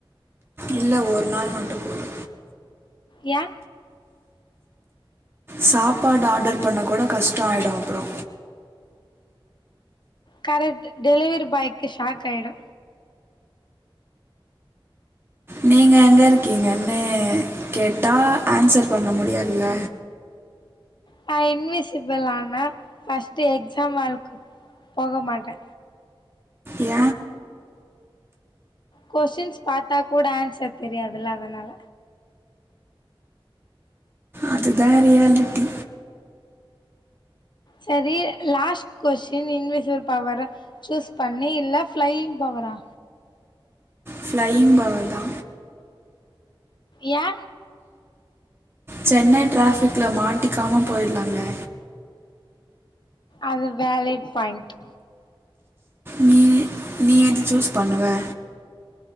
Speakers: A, on the right; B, on the left.
A: இல்ல ஒரு நாள் மட்டு போது
B: ஏ
A: சாப்பாடு ஆடர் பண்ணக் கூட கஷ்டோ ஆய்டு அப்றோ
B: கரெக்ட் டெலிவரி பாய்க்கு ஷாக் ஆயிடு
A: நீங்க எங்க இருக்கீங்கன்னு கேட்டா ஏன்சர் பண்ண முடியாதுல்ல
B: நா இன்விசிபிள் ஆனா ஃபஸ்ட்டு எக்ஸாம் ஹாலுக்கு போக மாட்டே
A: ஏ
B: கொஸ்சின்ஸ் பாத்தா கூட ஏன்சர் தெரியாதுல்ல அதனால
A: அதுதா ரியாலிட்டி
B: சரி லாஸ்ட் கொஸ்டின் இன்விசிபில் பவர சூஸ் பண்ணி இல்ல ஃப்ளையிங் பவரா?
A: ஃப்ளையிங் பவர் தா
B: யா
A: சென்னை ட்ராஃபிக்ல மாட்டிக்காம போயிடலால?
B: அது வெலிட் பாயிண்ட்
A: நீ நீ எது சூஸ் பண்ணுவ?